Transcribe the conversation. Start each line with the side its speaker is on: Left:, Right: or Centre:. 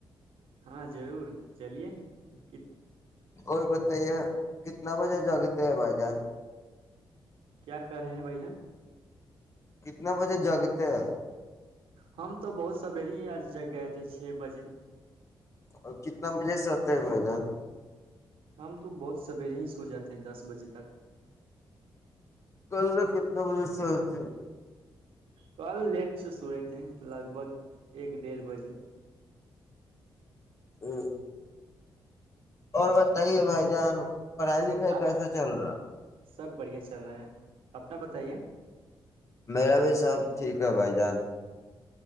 Right: ہاں ضرور چلیے کت
Left: کوئی بتائیے کتنا بجے جگتے ہیں بھائی جان
Right: کیا کرے ہیں بھائی جن
Left: کتنے بجے جگتے ہیں
Right: ہم تو بہت سوری ہی آج جگ گئے تھے چھ بجے
Left: اور کتنا بجے سے آتے ہے بھائی جان
Right: ہم تو بہت سویرے ہی سو جاتے ہیں دس بجے تک
Left: کل کتنے بجے سے ہوتے
Right: کل لیٹ چ سوئے تھھی لگ بھگ ایک ڈھ بجے
Left: ا اور بتائیے بھائی جان پڑھائی لکھائی
Right: آپ
Left: کیسا چل رہا
Right: سب بڑھیا چل رہا ہے اپنا بتائیے
Left: میرا بھی سب ٹھیک ہے بھائی جان